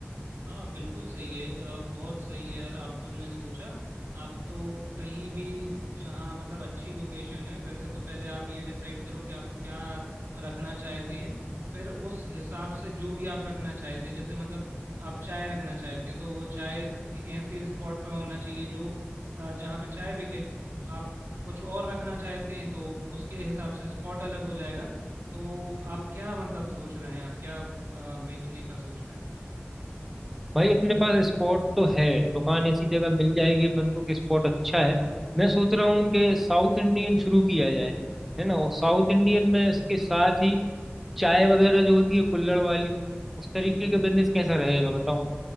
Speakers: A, on the right; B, in the centre.
A: हाँ बिल्कुल सही है अ, बहुत सही है यार आपने सोचा आप तो कहीं भी जहाँ मतलब अच्छी लोकेशन है वैसे तो पहले आप ये डिसाइड करो कि आप क्या रखना चाहते हैं फिर उस हिसाब से जो भी आप रखना चाहते हैं जैसे मतलब आप चाय रखना चाहते हैं तो वो चाय एक ऐसी स्पॉट पे होना चाहिए जो अ, जहाँ पे चाय बिके आप कुछ और रखना चाहते हैं तो उसके हिसाब से स्पॉट अलग हो जाएगा तो आप क्या मतलब सोच रहे हैं आप क्या अ, बेचने का सोच रहे हैं
B: भाई अपने पास स्पॉट तो है दुकान ऐसी जगह मिल जाएगी अपन को कि स्पॉट अच्छा है मैं सोच रहा हूँ कि साउथ इंडियन शुरू किया जाए है ना और साउथ इंडियन में इसके साथ ही चाय वगैरह जो होती है कुल्हड़ वाली उस तरीके
A: हम्म हम्म हम्म।
B: का बिजनेस कैसा रहेगा बताओ